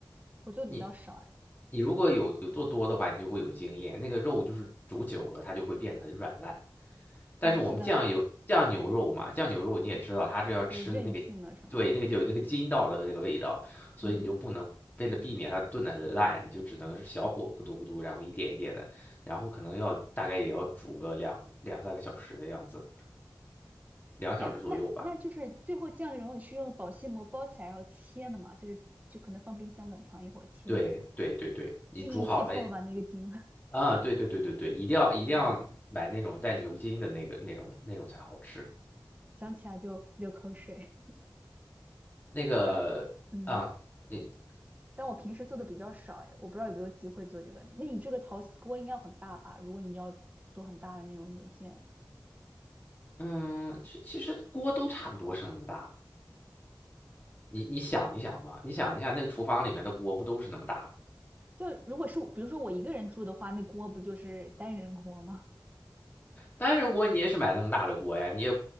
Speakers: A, on the right; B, on the left.
A: 我做的比较少哎。
B: 你你如果有有做多的话，你就会有经验。那个肉就是煮久了，它就会变得很软烂。但是我们酱有酱牛肉嘛，
A: 嗯，是的，
B: 酱牛肉你也知道，它是要吃的那个，
A: 有韧性的是吗？
B: 对，那个就有那个筋道的那个味道，所以你就不能为了避免它炖的很烂，
A: 嗯，
B: 你就只能是小火咕嘟咕嘟，然后一点一点的，然后可能要大概也要煮个两两三个小时的样子，两小时左右吧。
A: 哎，那那就是最后酱这种是用保鲜膜包起来然后切的嘛，就是就可能放冰箱冷藏一会儿切一下，
B: 对对对对，你煮好了
A: 晶莹剔透吧那个晶，
B: 啊，对对对对对，一定要一定要买那种带牛筋的那个那种那种才好吃。
A: <laughs> 哇，想起来就流口水。
B: 那个啊，
A: <laughs> 但嗯，
B: 你
A: 但我平时做的比较少哎，我不知道有没有机会做这个。那你这个陶瓷锅应该很大吧？如果你要做很大的那种牛腱，
B: 嗯，其其实锅都差不多是那么大。你你想一想嘛，
A: 就
B: 你想一下那个厨房里面的锅不都是那么大吗？
A: 就如果是比如说我一个人住的话，那锅不就是单人锅吗？
B: 单人锅你也是买那么大的锅呀，你也